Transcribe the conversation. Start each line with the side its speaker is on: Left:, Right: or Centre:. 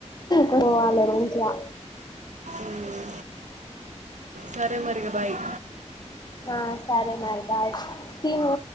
Left: పోవాలి మంచిగా
Right: మ్మ్. సరే మరి ఇక బాయ్
Left: ఆ సరే మరి బయ్ తీను